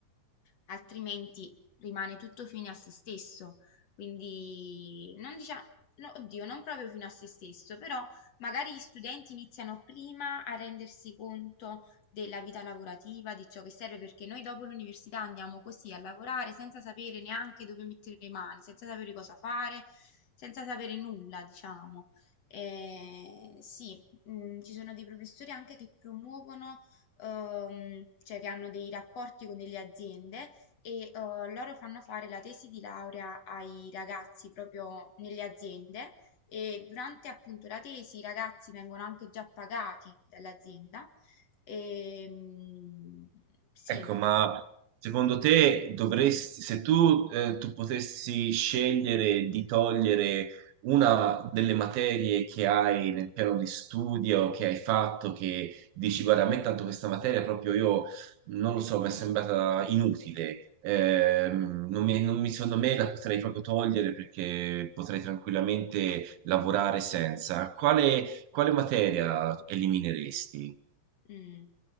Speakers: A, on the left; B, on the right.
A: altrimenti rimane tutto fine a se stesso. Quindi non diciamo, no, oddio, non proprio fino a se stesso, però magari gli studenti iniziano prima a rendersi conto della vita lavorativa, di ciò che serve, perché noi dopo l'università andiamo così a lavorare senza sapere neanche dove mettere le mani, senza sapere cosa fare, senza sapere nulla, diciamo. Eh, sì, mm, ci sono dei professori anche che promuovono, ehm, cioè che hanno dei rapporti con delle aziende e eh, loro fanno fare la tesi di laurea ai ragazzi proprio nelle aziende e durante appunto la tesi i ragazzi vengono anche già pagati dall'azienda Ehm, sì,
B: Ecco, ma secondo te dovresti, se tu, eh, tu potessi scegliere di togliere una delle materie che hai nel piano di studio, che hai fatto, che dici, guarda, a me tanto questa materia proprio io, non lo so, mi è sembrata inutile, ehm, non mi, non mi- secondo me la potrei proprio togliere perché potrei tranquillamente lavorare senza. Quale, quale materia elimineresti?
A: Mh.